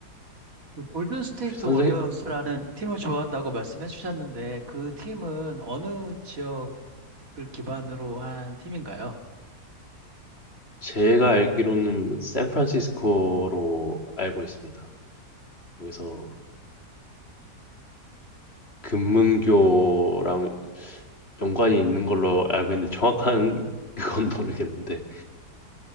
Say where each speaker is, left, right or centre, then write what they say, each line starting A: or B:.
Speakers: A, on the right (about 55°); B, on the left (about 40°).
A: 그 골든 스테이트
B: 혹시 선생
A: 워리어스라는 팀을 좋아한다고 말씀해 주셨는데, 그 팀은 어느 지역 글 기반으로 한 팀인가요?
B: 제가 알기로는 샌프란시스코로 알고 있습니다. 거기서 금문교랑 연관이 있는 걸로 알고 있는데 정확한 <laughs> 그건 모르겠는데